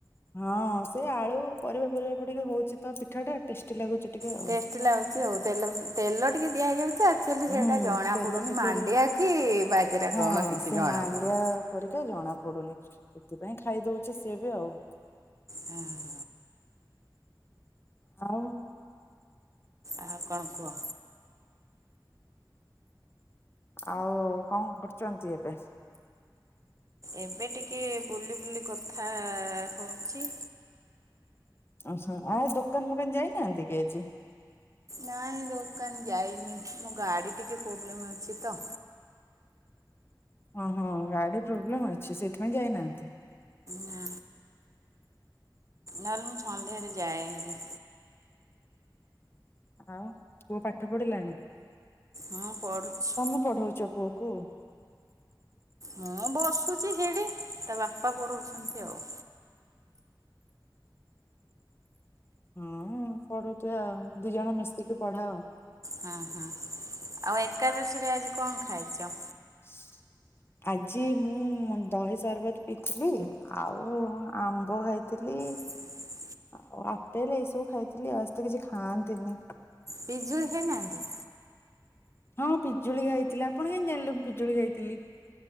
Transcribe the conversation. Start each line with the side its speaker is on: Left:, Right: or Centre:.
Left: ହଁ ସେଇ ଆଳୁ ପରିବା ଫରିବା ପଡ଼ିକି ହଉଚିତ ପିଠାଟା ଟେଷ୍ଟି ଲାଗୁଚି ଟିକେ ଆଉ।
Right: ଟେଷ୍ଟ ଲାଗୁଛି ଆଉ ତେଲ ତେଲ ଟିକେ ଦିଆ ହେଇଯାଉଛି ଆ ଆଚୁଆଲି ସେଇଟା
Left: ହୁଁ
Right: ଜଣାପଡୁନି
Left: ତେଲ ଟିକେ
Right: ମାଣ୍ଡିଆ
Left: ଦେ
Right: କି ବାଜରା
Left: ହଁ
Right: କଣ କିଛି
Left: ସେ
Right: ଜଣାପଡୁନି।
Left: ମାଣ୍ଡିଆ ପରିକା ଜଣା ପଡୁନି ସେଥିପାଇଁ ଖାଇଦଉଛି ସିଏ ବି ଆଉ।
Right: ହଁ
Left: ହଉ।
Right: ଆଉ କଣ କୁହ?
Left: ଆଉ କଣ କରୁଛନ୍ତି ଏବେ?
Right: ଏବେ ଟିକେ ବୁଲି ବୁଲି କଥା ହଉଛି।
Left: ଓହୋ ଆ ଦୋକାନ ଫୋକାନ ଯାଇନାହାନ୍ତି କି ଆଜି?
Right: ନାଇଁ ଦୋକାନ ଯାଇନି ମୋ ଗାଡ଼ି ଟିକେ ପ୍ରୋବ୍ଲେମ୍ ଅଛି ତ।
Left: ଓହୋ ଗାଡି ପ୍ରୋବ୍ଲେମ ଅଛି ସେଇଥିପାଇଁ ଯାଇନାହାନ୍ତି?
Right: ନା ନହେଲେ ମୁଁ ସନ୍ଧ୍ୟାରେ ଯାଏ ନି।
Left: ଆଉ ପୁଅ ପାଠ ପଢିଲାଣି?
Right: ହଁ ପଢୁଛି।
Left: ତମେ ପଢଉଛ ପୁଅକୁ?
Right: ମୁଁ ବସୁଛି ସେଠି ତା ବାପା ପଢଉଛନ୍ତି ଆଉ।
Left: ହଁ ପଢୁଥିବେ ଆଉ ଦି ଜଣ ମିଶିକି ପଢାଅ?
Right: ହଁ ହଁ ଆଉ ଏକାଦଶୀରେ ଆଜି କଣ ଖାଇଛ?
Left: <unintelligible> ଆଜି ମୁଁ ଦହି ସରବତ ପିଇଥିଲି ଆଉ ଆମ୍ବ ଖାଇଥିଲି।
Right: <unintelligible>
Left: ଆଉ ଆପେଲ ଏଇସବୁ ଖାଇଥିଲି ଆଜ ତ କିଛି ଖାଆନ୍ତିନି।
Right: ପିଜୁଳି ଖାଇନାହାଁନ୍ତି?
Left: ହଁ ପିଜୁଳି ଖାଇଥିଲି ଆପଣ କେମିତି ଜାଣିଲେ ମୁଁ ପିଜୁଳି ଖାଇଥିଲି?